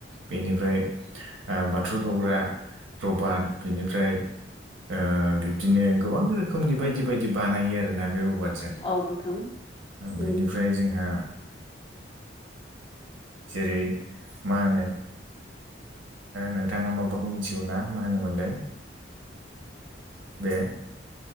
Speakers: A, on the right; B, on the left.
A: बेनिफ्राय, ओ बाथुल गावग्रा रबारट बिनिफ्राय ओ बिद बिदिनो गोबां रोखोमनि बायदि बायदि बानायो आरोना बे रबारट, जों
B: औ नोंथां
A: बेनिफ्राय
B: उम
A: जोंहा, जेरै मा होनो, नोंथाङा माबाखौ मिथिगौ ना? मा होनोमोनलाय। बे,